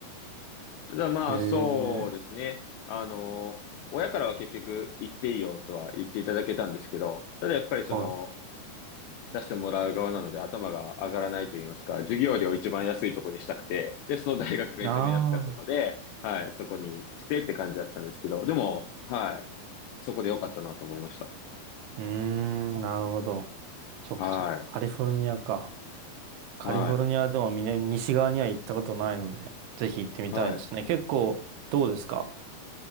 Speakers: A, on the left; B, on the right.
A: ただまあそうですね。
B: い。へえ、
A: あの、親からは結局行っていいよとは言っていただけたんですけど、ただやっぱりその、
B: はい。
A: 出してもらう側なので頭が上がらないと言いますか、授業料を一番安いとこにしたくて、で、その大学が一番安かったので、
B: ああ、
A: はい、そこにしてって感じだったんですけど、でも、はい、そこで良かったなと思いました。
B: うーん、なるほど。そっかそっか。
A: はい、
B: カリフォルニアか。カリフォルニアでも南、
A: は
B: 西側には行ったことないので、ぜひ行ってみたいですね。
A: い、はい。
B: 結構、どうですか